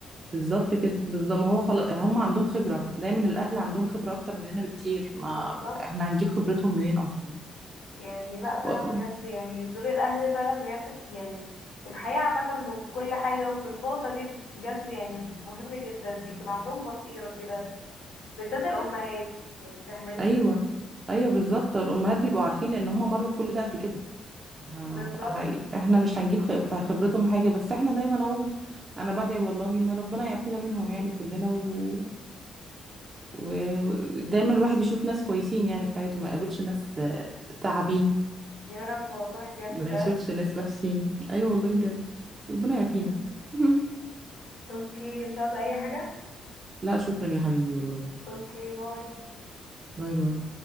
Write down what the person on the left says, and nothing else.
مم،
بالظبط
يعني لا
فعلا بجد يعني دور الاهل فعلا بجد في يعني في الحياة عامة وفي كل حاجة وفي النقطة دي بجد يعني مهم جدا بيكون عندهم بصيرة كده بالذات الأمهات يعني فاهماني
بالظبط
يا رب والله بجد
فاهم
<laughs>
اوكي مش عاوزة أي حاجة
اوكي باي